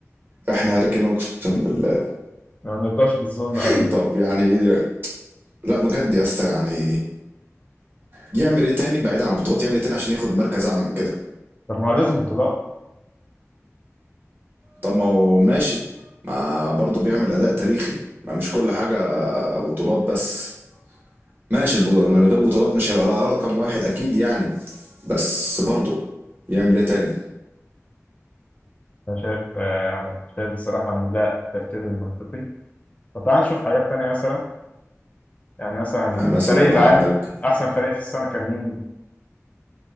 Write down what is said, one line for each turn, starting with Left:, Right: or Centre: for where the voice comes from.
Right: احنا هاري كين اقسم بالله
Left: ما نرضاش بالظلم
Right: <laughs>
Left: أبدا
Right: طب يعني لا بجد يا اسطى يعني يعمل ايه تاني بعيدا عن البطولات يعمل ايه تاني عشان ياخد مركز اعلى من كده
Left: طب ما هو لازم بطولات
Right: طب ما هو ماشي ما برضه بيعمل اداء تاريخي ما مش كل حاجه بطولات بس ماشي الب- من غير بطولات مش هيبقى رقم واحد اكيد يعني بس برضه يعمل ايه تاني
Left: أنا شايف آه، يعني شايف بصراحة إن ده الترتيب المنطقي طب تعال نشوف حاجات تانية مثلا يعني مثلا
Right: يعني مثلا
Left: الفريق العام
Right: عندك
Left: احسن فريق في السنه كان مين؟